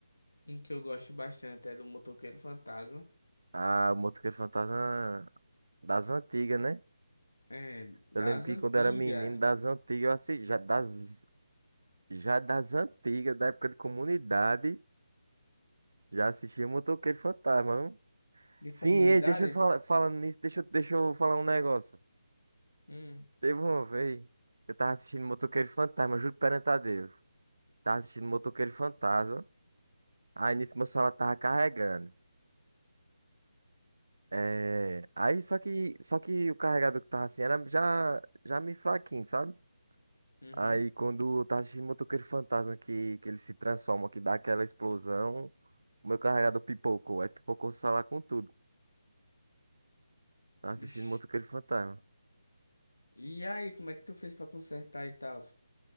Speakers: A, on the left; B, on the right.
A: Um que eu gosto bastante é do Motoqueiro Fantasma.
B: Ah, o Motoqueiro Fantasma das antigas, né?
A: É, das
B: Eu lembro que
A: antigas.
B: quando eu era menino, das antigas, eu assisti, já das, já das antigas, da época de comunidade, já assistia Motoqueiro Fantasma, viu?
A: De
B: Sim,
A: comunidade?
B: ei, deixa eu falar, falando nisso, deixa, eu- deixa eu falar um negócio.
A: Hum,
B: Teve uma vez, eu tava assistindo Motoqueiro Fantasma, juro perante a Deus. Tava assistindo Motoqueiro Fantasma, aí nisso meu celular tava carregando. É, aí só que, só que o carregador que tava assim era já, já meio fraquinho, sabe?
A: uhum.
B: Aí quando eu tava assistindo Motoqueiro Fantasma, que, que ele se transforma, que dá aquela explosão, o meu carregador pipocou, aí pipocou o celular com tudo. Tava assistindo
A: Vixe.
B: Motoqueiro Fantasma.
A: E aí, como é que tu fez pra consertar e tal?